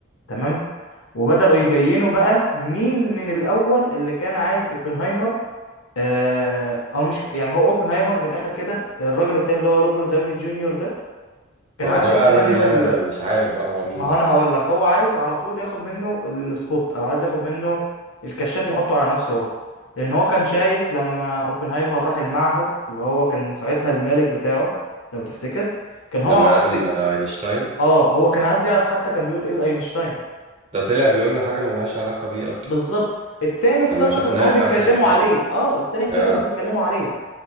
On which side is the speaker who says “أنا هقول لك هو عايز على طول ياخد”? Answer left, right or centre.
Left